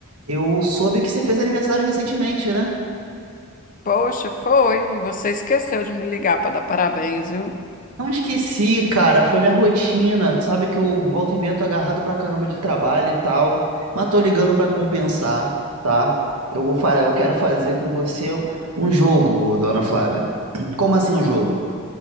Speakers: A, on the right; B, on the left.
A: Eu soube que você fez aniversário recentemente, né?
B: Poxa, foi, e você esqueceu de me ligar para dar parabéns, viu?
A: Não esqueci, cara, foi minha rotina. Tu sabe que eu volta e meia tô agarrado pra caramba de trabalho e tal, mas tô ligando pra compensar, tá? Eu vou fa... eu quero fazer com você um jogo, dona Flávia. Como assim um jogo?